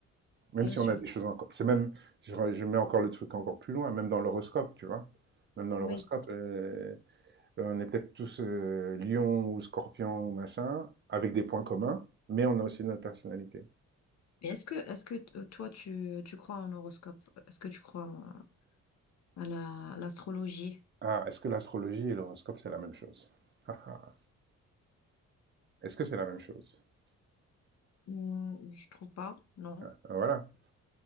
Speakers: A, on the right; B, on the left.
A: Même
B: bien
A: si
B: sûr.
A: on a des choses encore, c'est même, je, re- je mets encore le truc encore plus loin, même dans l'horoscope, tu vois, même dans l'horoscope,
B: Oui.
A: euh, on est peut-être tous euh, lion ou scorpion ou machin, avec des points communs, mais on a aussi notre personnalité.
B: Mais est-ce que, est-ce que t- toi, tu, tu crois en horoscope? Est-ce que tu crois en- à la, à l'astrologie?
A: Ah, est-ce que l'astrologie et l'horoscope c'est la même chose? Ah, ah. Est-ce que c'est la même chose?
B: Hmm, je trouve pas. Non,
A: Ah, Voilà.